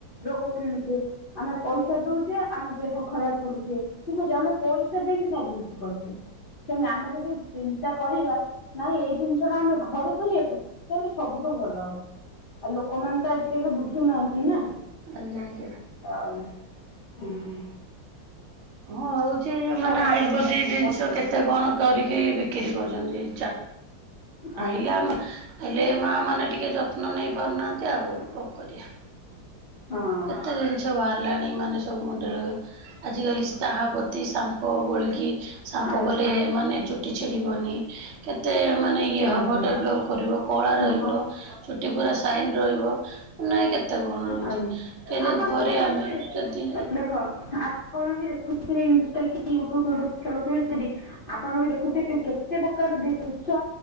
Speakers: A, on the left; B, on the right.
A: ରୋଗ କିଣୁଛେ ଆମେ ପଇସା ଦଉଛେ ଆମ ଦେହ ଖରାପ କରୁଛେ। ଠିକ ଅଛି ଆମେ ପଇସା ଦେଇକି ସବୁ କିଛି କରୁଛେ। ସେମତି ଆମେ ଯଦି ଚିନ୍ତା କରିବା ନାଇଁ ଏଇ ଜିନିଷ ଟା ଆମେ ଘରେ କରିବାକୁ ତାହେଲେ ସବୁଠୁ ଭଲ ହବ ଆଉ ଲୋକମାନେ ତ ଆ ଟିକେ ହେଲେ ବୁଝୁନାହାନ୍ତି ନା
B: ଆଜ୍ଞା ଆଜ୍ଞା।
A: ହଉ ହୁଁ।
B: ହଁ ହଉଛି ମାନେ
A: ଭାରି
B: ଆୟୁର୍ବେଦିକ ଜିନିଷ
A: କଷ୍ଟ
B: କେତେ କଣ କରିକି ବିକ୍ରି କରୁଛନ୍ତି ଚା
A: ଆଜ୍ଞା
B: ପାଇଲା ହେଲେ ମାଆ ମାନେ ଟିକେ ଯତ୍ନ ନେଇପାରୁନାହାନ୍ତି ଆଉ କଣ କରିବା।
A: ହଁ
B: କେତେ ଜିନିଷ ବାହାରିଲାଣି ମାନେ ସବୁ ମୁଣ୍ଡରେ ଆଜିକାଲି ଚାହା ପତି ସାମ୍ପ ଗୋଳିକି ସାମ୍ପ
A: ଆଜ୍ଞା
B: କଲେ ହେ ମାନେ ଚୁଟି ଛିଡିବନି। କେତେ ମାନେ ଇଏ ହେବ
A: ଆଜ୍ଞା
B: ଡେଭଲପ୍ କରିବ। କଳା
A: ହଁ
B: ରହିବ, ଚୁଟି ପୁରା ସାଇନ୍ ରହିବ, ମାନେ କେତେ କଣ ରହୁଛି।
A: ଆଜ୍ଞା ଆପଣ।
B: ଯଦି ଘରେ
A: <unintelligible>
B: ଆମେ ଯଦି
A: ଦେଖ ଆପଣ ବି ଦେଖୁଥିବେ ଇନଷ୍ଟା କି ୟୁଟ୍ୟୁବୁ ଫିଟୁବ ଚଲଉଥିବେ ଯଦି। ଆପଣ ବି ଦେଖୁଥିବେ କେତେ ପ୍ରକାର ଜିନିଷ